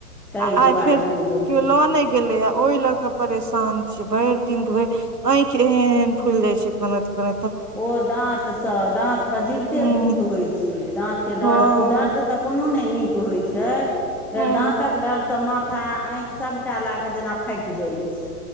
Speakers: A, in the centre; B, on the right.
A: ताहि
B: आए
A: दुआरे
B: फेर
A: नहि गेलखिन
B: <inaudible> कियों लऽ नै गेलैय ओहि लऽ कऽ परेशान छीय भैर दिन भऽ आइख ऐहेन ऐहने फूल जाइ छै कानैत कानैत
A: ओ दाँत से दाँत तऽ जीविते
B: हूँ
A: भूत होइ छै दाँत केँ
B: हँ
A: दर्द दर्द दर्द तऽ कोनो नै निक होछै <inaudible> फेर
B: हूँ
A: दाँत दर्द सब माथा आईख सभटा लागत जेना फाइट जाइ छै।